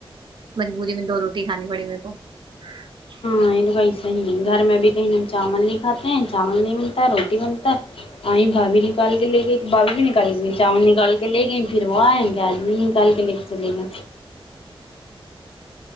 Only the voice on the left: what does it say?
لو ب صی گھر میں بھی کہیں ن ہم چاول نہیں کاتے چاول نہیں بنتا روٹی بنتا ہے آئ بھابھی نکال کے لے گئی بھبھی بھی نکال کے گ چاول نکال کے لے گئی پھر وہ آئیں گے آدمی نکال کے لے کے چلے گئے